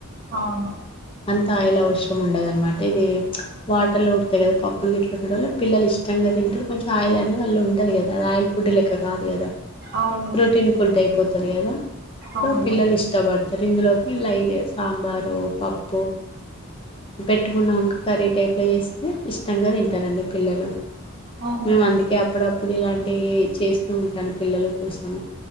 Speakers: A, on the right; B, on the left.
A: అవును
B: అంత ఆయిల అవసరం ఉండదనమాట ఇది వాటర్ లో ఉడకవే పప్ ప్పుడు గిట్ల ఉండడం వల్ల పిల్లలు ఇష్టంగా తింటారు కొంచెం ఆయిల్ అనేదళ్ళ ఉండదు కద అది ఆయిల్ ఫుడ్ లలెక్క కాదు కదా
A: అవును
B: ప్రోటీన్ ఫుడ్ అయిపోతది కదా సో
A: అవును
B: పిల్లలు ఇష్టపడతారు ఇందులోకి లైట్గా సాంబారో పప్ ను పెట్టుకున్నాను ఒక కర్రీ టైప్ లో చేస్తే ఇష్టంగా తింటానండి పిల్లలు
A: అవును
B: మేము అందుకే అప్పుడప్పుడు ఇలాం ఇ చేస్తూ ఉంటాను పిల్లల కోసం